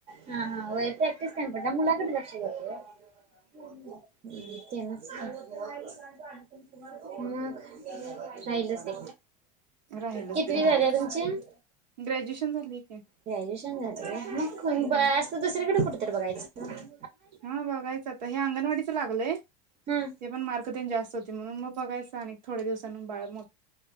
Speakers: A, on the right; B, on the right.
A: हा हा वय प्रॅक्टिस काय पडत मुलाकडे लक्ष जात होय <unintelligible> हम्म <inaudible> <inaudible> मग राहिलच- ते
B: राहिलच
A: कितवी
B: ते राहिलच
A: झाली तुमची
B: ग्रॅज्युएशन झालंय की.
A: ग्रॅज्युएशन झालंय मग
B: हम्म
A: अस दुसर कडं कुठ तर बघायचं होतं.
B: हा बघायचं आता हे अंगणवाडीचं लागलंय
A: हा
B: हे पण मार्क तेन जास्त होती म्हणून मग बघायचं अनेक थोड्या दिवसां बाळ मो